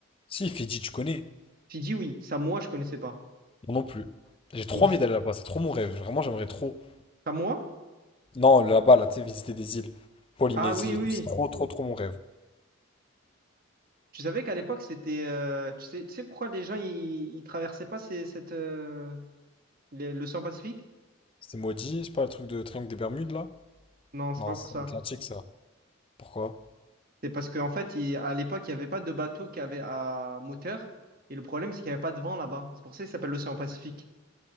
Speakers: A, on the left (about 25°); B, on the right (about 45°).
A: Si, Fidji, tu connais?
B: Fidji, oui. Samoa, je connaissais pas.
A: Moi non plus. J'ai trop
B: Île
A: envie d'aller là-bas, c'est trop mon rêve. Vraiment, j'aimerais trop.
B: Samoa?
A: Non, là-bas, là, tu sais, visiter des îles. Polynésie
B: Ah oui, oui.
A: et tout, c'est trop, trop, trop mon rêve.
B: Tu savais qu'à l'époque, c'était. euh, tu sais, tu sais pourquoi les gens, ils, ils traversaient pas ces- cette, euh, les- l'océan Pacifique?
A: C'est maudit, c'est pas le truc de Triangle des Bermudes, là?
B: Non, c'est
A: Non,
B: pas pour
A: c'est
B: ça.
A: l'Atlantique, ça. Pourquoi?
B: C'est parce qu'en fait, il- à l'époque, il n'y avait pas de bateau qui avait à moteur. Et le problème, c'est qu'il n'y avait pas de vent là-bas. C'est pour ça qu'il s'appelle l'océan Pacifique.